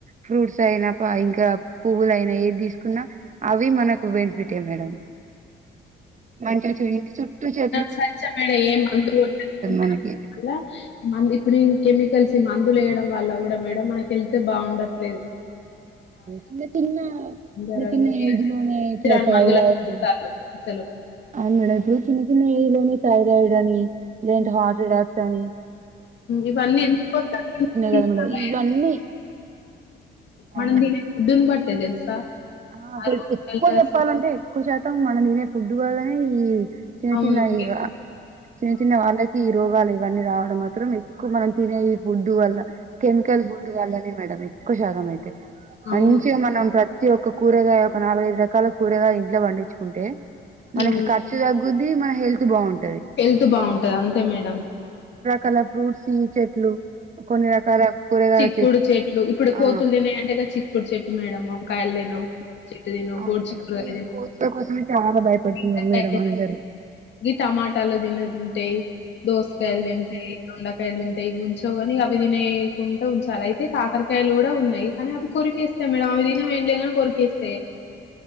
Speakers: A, on the right; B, on the left.
A: ఫ్రూట్స్ అయినా ఇంకా పువ్వుల అయినా ఏది తీసుకున్నా అవి మనకు బెనిఫిటే మేడం మంచిచి చుట్టూ చె
B: స్వచ్మ ఏ మందు కొట్టకుండా
A: మనకి
B: మందు ఇప్పుడు కెమి కలిసి మందులు వేయడం వల్ల కూడా మేడం మనకి హెల్త్ బాగుండట్లేదు
A: చిన్న చిన్న
B: తొందరగా
A: చిన్న చిన్న
B: చేయాలని
A: ఏజ్ లోనే ఇట్లట్లా
B: పిరాని మందులే
A: అయ్యారు
B: కొడతాళ్ళు అసలు.
A: అవును మేడం ఇప్పుడు చిన్న చిన్న ఏజ్ లోని థైరాయిడ్ అని లేంటే
B: హ్మ్.
A: హార్ట్ అటాక్ కాని
B: ఇవన్నీ ఎందుకు వస్తున్నాయి
A: కదా మేడం ఇవన్నీ
B: మనం
A: అవును
B: తినే ఫుడ్ని బట్టే తెలుసా
A: ఆ అ
B: రోజులల్లో
A: ఎక్కువ చెప్పాలంటే
B: అసలు
A: ఎక్కువ శాతం మనం తినే ఫుడ్ వల్లనే ఈ చిన్న
B: అవును.
A: చిన్న ఈ
B: గిన్ని
A: గ చిన్న
B: ఆ!
A: చిన్న వాళ్ళకి రోగాలు ఇవన్నీ రావడం మాత్రం ఎక్కువ మనం తినే ఈ ఫుడ్ వల్ల కెమికల్ ఫుడ్ వళ్ళనే మేడం కు శాతమే
B: అవును.
A: మంచిగా మనం ప్రతి ప్రతి ఒక్క కూరగాయ ఒక నాలుగు ఐదు రకాల కూరగాయలు ఇంట్లో పండించుకుంటే మనకి
B: అవును.
A: ఖర్చు తుగ్గుద్ ది మన హెల్త్ బాగున్
B: హెల్త్ బాగుంటది అంతే మేడం
A: కలర్ ఫ్రూట్స్ చెట్లు కొన్ని రకాల కూరగాయల
B: చిక్కుడు చెట్లు ఇప్పుడు కోతులు
A: ఆ
B: తినే అంటేగద చిక్కుడు చెట్టు మేడము కాయలు తినవు చెట్టు తినవు
A: అవును
B: గోరు
A: మేడం
B: చిక్కుడుకాయ
A: ఈ కోతుల కోసమే చాలా భయపడుతున్నారు
B: తినవుకాయలు
A: మేడం అందరూ
B: టమాటాలు తినదు తింటే ఏయ్ దోసకాయలు తింటయ్ దొండ కాయలు తింటాయి ఉంచవుగాని అవి తినేయకుండా ఉంచాలి అయితే కాకరకాయలు కూడా ఉన్నాయి కానీ అవి కొరికేస్తాయి మేడం అవి తినవు ఏంలేగాని కొరికేస్తా